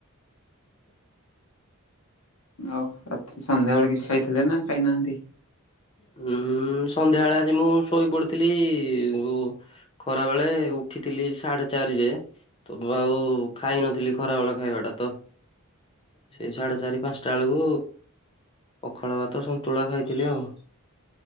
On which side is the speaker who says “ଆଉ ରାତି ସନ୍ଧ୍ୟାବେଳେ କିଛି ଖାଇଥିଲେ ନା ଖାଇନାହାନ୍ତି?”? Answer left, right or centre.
Left